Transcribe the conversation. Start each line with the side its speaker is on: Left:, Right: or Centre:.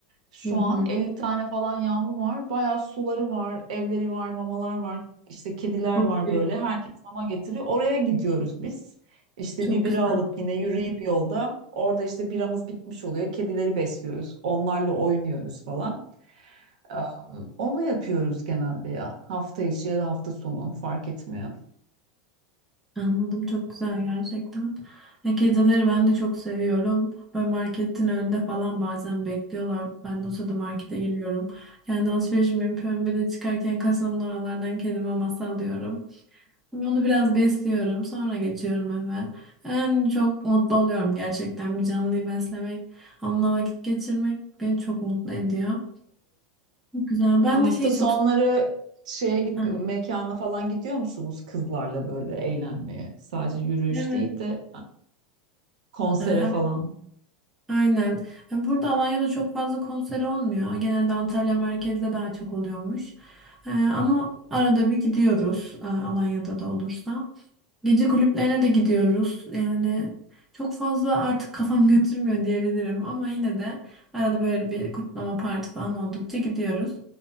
Right: Şu
Centre: Hı
Right: an
Centre: hı.
Right: 50 tane falan yavru var. Bayağı suları var, evleri var, mamalar var. İşte kediler
Centre: Çok
Right: var
Centre: iyi.
Right: böyle. Herkes mama getiriyor. Oraya gidiyoruz biz. İşte
Centre: Çok
Right: bir bira
Centre: güzel.
Right: alıp yine yürüyüp yolda. Orada işte biramız bitmiş oluyor. Kedileri besliyoruz. Onlarla oynuyoruz falan. Ee, Onu yapıyoruz genelde ya. Hafta içi ya da hafta sonu fark etmiyor.
Centre: Anladım çok güzel gerçekten. Ya, kedileri ben de çok seviyorum. Böyle marketin önünde falan bazen bekliyorlar. Ben de o sırada markete giriyorum. Kendi alışverişimi yapıyorum. Bir de çıkarken kasanın oralardan kedi maması alıyorum. Onu biraz besliyorum. Sonra geçiyorum eve. En çok mutlu oluyorum gerçekten. Bir canlıyı beslemek, onunla vakit geçirmek beni çok mutlu ediyor. Güzel. Ben
Right: Hafta
Centre: de şeyi
Right: sonları
Centre: çok...
Right: şeye gid-
Centre: Heh,
Right: mekana falan gidiyor musunuz kızlarla böyle eğlenmeye? Sadece yürüyüş
Centre: Evet.
Right: değil de konsere
Centre: Ee,
Right: falan.
Centre: Aynen. Ya Burada Alanya'da çok fazla konser olmuyor. Genelde Antalya merkezde daha çok oluyormuş. Ee, ama arada bir gidiyoruz e, Alanya'da da olursa. Gece kulüplerine de gidiyoruz. Yani çok fazla artık kafam <laughs> götürmüyor diyebilirim ama yine de arada böyle bir kutlama parti falan oldukça gidiyoruz.